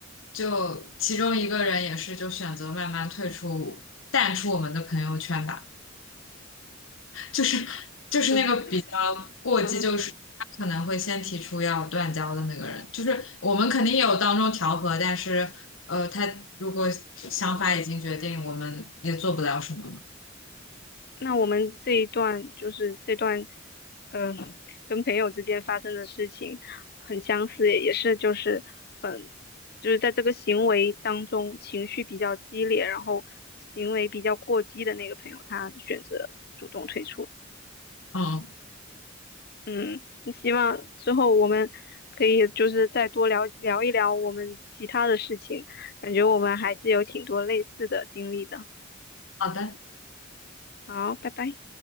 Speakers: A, on the left (about 80°); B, on the left (about 50°).
A: 就其中一个人也是就选择慢慢退出、淡出我们的朋友圈吧。就是就是那个比较过激，
B: <laughs> 嗯，
A: 就是他可能会先提出要断交的那个人，就是我们肯定也有当中调和，但是呃，他如果想法已经决定，我们也做不了什么嘛。
B: 那我们这一段就是这段，嗯、跟朋友之间发生的事情很相似，也是就是很就是在这个行为当中情绪比较激烈，然后行为比较过激的那个朋友，他选择主动退出了
A: 嗯，
B: 嗯，希望之后我们可以就是再多聊聊一聊我们其他的事情，感觉我们还是有挺多类似的经历的。
A: 好的。
B: 好，拜拜。